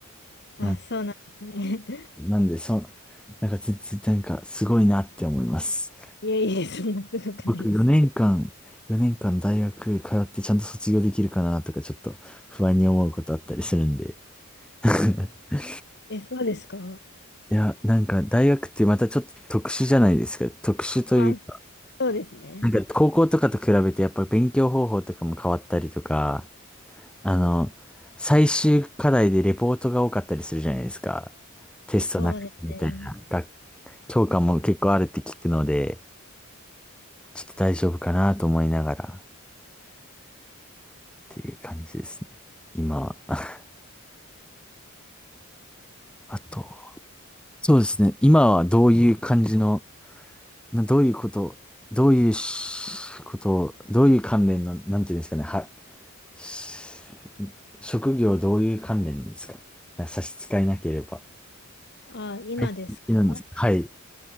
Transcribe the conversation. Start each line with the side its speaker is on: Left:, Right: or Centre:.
Left: あ、
Centre: なん、
Left: そうなんですね。<laughs>
Centre: なんで、そ、なんか全然なんかすごいなって思います。
Left: いえいえ、そんなすごくないですよ。
Centre: 僕4年間、4年間大学通ってちゃんと卒業できるかなとかちょっと不安に思うことあったりするんで。<laughs>
Left: え、そうですか
Centre: いや、なんか大学ってまたちょっと特殊じゃないですか。特殊という、
Left: あ、そうですね。
Centre: なんか高校とかと比べてやっぱ勉強方法とかも変わったりとか、あの、最終課題でレポートが多かったりするじゃないですか。テストなくてみたいな。
Left: そうですね。
Centre: 学教科も結構あるって聞くので、ちょっと大丈夫かなと思いながらっていう感じですね。今は。<laughs> あと、そうですね。今はどういう感じの、などういうこと、どういうしことを、どういう関連の、なんていうんですかね。は、し職業どういう関連ですか。なんか差し支えなければ。
Left: あ、今ですか
Centre: はい。いいなんですか。はい。